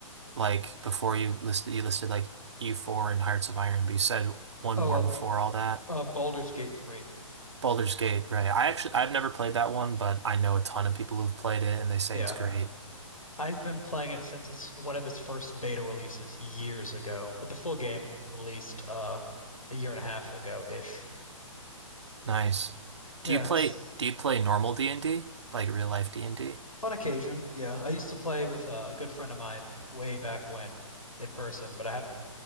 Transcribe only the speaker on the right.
Like before you listed you listed like U4 and Hearts of Iron, but you said one
more before all that.
Baldur's Gate, right? I actually I've never played that one, but I know a ton of people who've played it and they say
it's great.
Nice.
Do you play
do you play normal D&D? Like real life D&D?